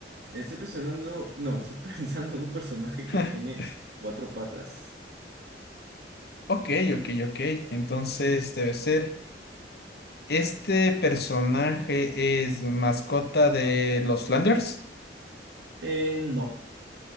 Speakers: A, on the right; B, on the left.
A: Estoy pensando, no, estoy <laughs> pensando en un personaje
B: <laughs>
A: que tiene cuatro patas.
B: Ok, ok, ok. Entonces debe ser. ¿Este personaje es mascota de los Flanders?
A: Eh, no,